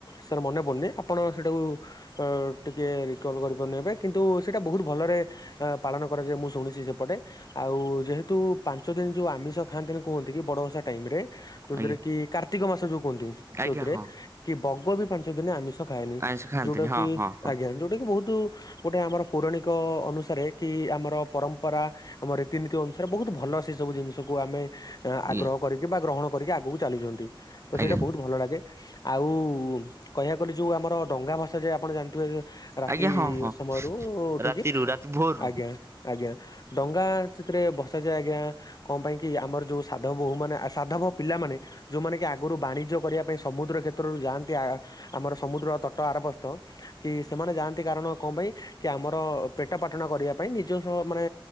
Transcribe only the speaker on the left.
ସାର୍ ମନେ ପଡୁନି ଆପଣ ସେଇଟାକୁ ହଁ ଟିକିଏ ରିକଲ୍ କରିପାରୁନି ଏବେ କିନ୍ତୁ, ସେଇଟା ବହୁତୁ ଭଲରେ <unintelligible> ପାଳନ କରାଯାଏ ମୁଁ ଶୁଣିଛି ସେପଟେ। ଆଉ ଯେହେତୁ ପାଞ୍ଚ ଦିନ ଯୋଉ ଆମିଷ ଖାଆନ୍ତିନି କୁହନ୍ତି କି ବଡ଼ ଓଷା ଟାଇମ୍ ରେ ଯୋଉଥିରେ
କି କାର୍ତ୍ତିକ ମାସ ଯୋଉ କୁହନ୍ତି।
ଯୋଉଥିରେ
କି ବଗ ବି ପାଞ୍ଚ ଦିନ ଆମି ଖାଏନି।
ଯୋଉଟା
କି
ଆଜ୍ଞା ଯୋଉଟା କି ବହୁତ୍ ଗୋଟେ ଆମର ପୌରାଣିକ ଅନୁସାରେ, କି ଆମର ପରମ୍ପରା ଆମ ରୀତିନୀତି ଅନୁସାରେ ବହୁତ ଭଲ ସେ ସବୁ ଜିନିଷକୁ ଆମେ
ଆଗ୍ରହ କରିକି, ବା ଗ୍ରହଣ କରିକି ଆଗକୁ ଚାଲୁଚନ୍ତି। ତ
ସେଇଟା ବହୁତୁ ଭଲ <unintelligible> ଆଉ କହିବାକୁ ଗଲେ ଯୋଉ ଆମର ଡଙ୍ଗା ଭଷା ଯାଏ ଆପଣ ଜାଣିଥିବେ ରାତି
ସମୟରୁ ଉଠିକି,
ଆଜ୍ଞା। ଆଜ୍ଞା, ଡଙ୍ଗା ସେଥିରେ ଭସାଯାଏ ଆଜ୍ଞା କଣ ପାଇଁ କି? ଆମର ଯୋଉ ସାଧବ ବୋହୂ ମାନେ ସାଧବ ପିଲା ମାନେ ଯୋଉମାନେ କି ଆଗରୁ ବାଣିଜ୍ୟ କରିବା ପାଇଁ ସମୁଦ୍ର କ୍ଷେତ୍ରରୁ ଯାଆନ୍ତି ଆମର ସମୁଦ୍ର ତଟ ଆରବସ୍ କି ସେମାନେ ଯାଆନ୍ତି କାରଣ କଣ ପାଇଁ? କି ଆମର ପେଟ ପାଟଣ କରିବା ପାଇଁ ନିଜସ୍ଵ ମାନେ